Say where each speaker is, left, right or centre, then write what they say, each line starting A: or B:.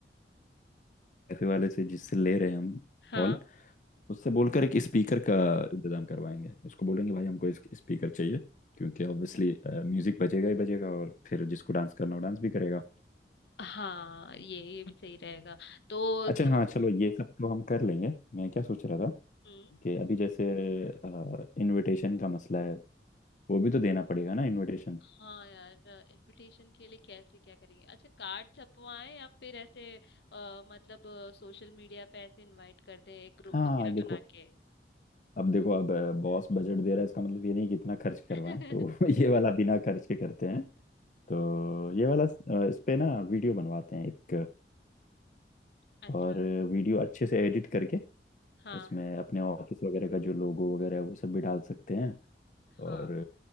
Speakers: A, on the left; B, on the left.
A: कैफे वाले से जिससे ले रहे हैं हम
B: हाँ
A: हॉल उससे बोलकर एक स्पीकर का इंतजाम करवाएंगे उसको बोलेंगे भाई हमको स्पीकर चाहिए क्योंकि ऑब्वियसली म्यूजिक बजेगा ही बजेगा और फिर जिसको डांस करना हो डांस भी करेगा
B: हाँ ये ये भी सही रहेगा तो
A: अच्छा
B: तुम
A: हाँ चलो ये सब तो हम कर लेंगे मैं क्या सोच रहा था
B: हम्म
A: कि अभी जैसे इनविटेशन का मसला है वो भी तो देना पड़ेगा ना इनविटेशन
B: हाँ यार इनविटेशन के लिए कैसे क्या करेंगे अच्छा कार्ड छपवाएं या फिर ऐसे अ, मतलब सोशल मीडिया पे ऐसे इनवाइट कर दें एक ग्रुप
A: हाँ
B: वगैरह
A: देखो
B: बना के
A: अब देखो अब बॉस बजट दे रहा है इसका मतलब ये नहीं कि इतना खर्च
B: <laughs>
A: करवाएं तो <laughs> ये वाला बिना खर्च के करते हैं तो ये वाला अ, इस पे ना वीडियो बनवाते हैं एक
B: अच्छा
A: और वीडियो अच्छे से एडिट करके
B: हाँ
A: उसमें अपने ऑफिस वगैरह का जो लोगो वगैरह है वो सब भी डाल सकते हैं
B: हाँ
A: और